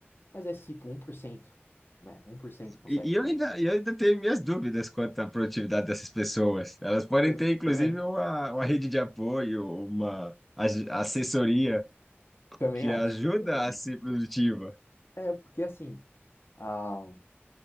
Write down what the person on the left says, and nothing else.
Mas é tipo um por cento, né? Um por cento consegue
fazer
Eu
também,
também
acho,
também
acho.
É, porque assim, ah,